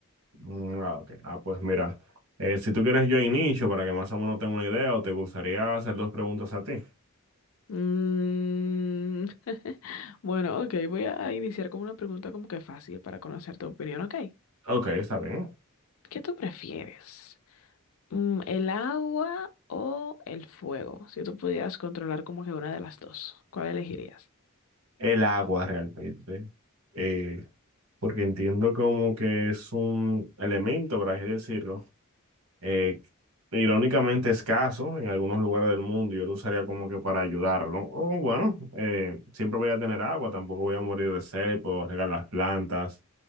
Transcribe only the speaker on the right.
Mm, ah, ok. Ah, pues mira, eh, si tú quieres yo inicio para que más o menos tenga una idea o te gustaría hacer dos preguntas a ti.
Ok, está bien.
El agua realmente, eh, porque entiendo como que es un elemento, por así decirlo, eh, irónicamente escaso en algunos lugares del mundo, yo lo usaría como que para ayudarlo. ¿no? O bueno, eh, siempre voy a tener agua, tampoco voy a morir de sed, puedo regar las plantas.